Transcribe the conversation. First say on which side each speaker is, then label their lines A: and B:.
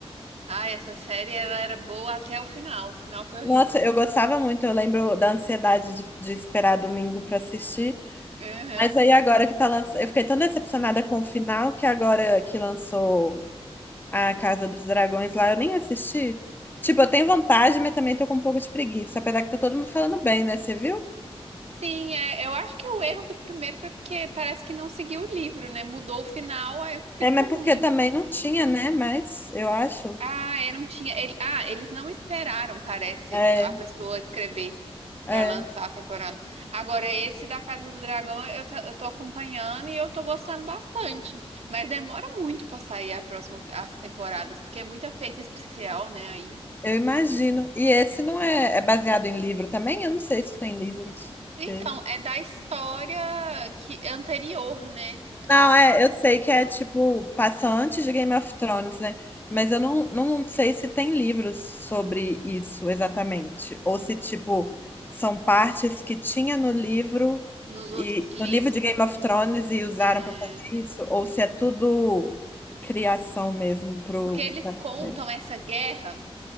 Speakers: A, on the right; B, on the left.
A: Ah, essa série ela era boa até o final. O final foi horrível.
B: Nossa, eu gostava muito, eu lembro da ansiedade de, de esperar domingo para assistir.
A: Uhum.
B: Mas aí agora que tá lançando, eu fiquei tão decepcionada com o final que agora que lançou a Casa dos Dragões lá, eu nem assisti. Tipo, eu tenho vontade, mas também tô com um pouco de preguiça, apesar que tá todo mundo falando bem, né? Você viu?
A: Sim, é, eu acho que o erro do primeiro foi porque parece que não seguiu o livro, né? Mudou o final, aí ficou
B: É, mas porque
A: ruim.
B: também não tinha, né? Mas eu acho.
A: Ah, eu não tinha. ele- ah, eles não esperaram, parece,
B: É,
A: a pessoa escrever
B: é.
A: pra lançar a temporada. Agora, esse da Casa do Dragão, eu, ta- eu tô acompanhando e eu tô gostando bastante. Mas demora muito pra sair a próxima, as temporadas, porque é muita feita especial, né? Aí.
B: Eu imagino. E esse não é, é baseado em livro também? Eu não sei se tem livros
A: Então,
B: dele.
A: é da história que anterior, né, ao
B: Não, é,
A: Game
B: eu sei
A: of
B: que
A: Thrones.
B: é tipo, passa antes de Game of Thrones, né? Mas
A: Uhum.
B: eu não, não sei se tem livros sobre isso exatamente. Ou se, tipo, são partes que tinha no livro
A: Nos
B: e
A: outros
B: no
A: livros,
B: livro de Game of Thrones e usaram
A: é,
B: para fazer isso, ou se é tudo criação mesmo pro,
A: porque eles
B: pra
A: contam
B: série.
A: essa guerra.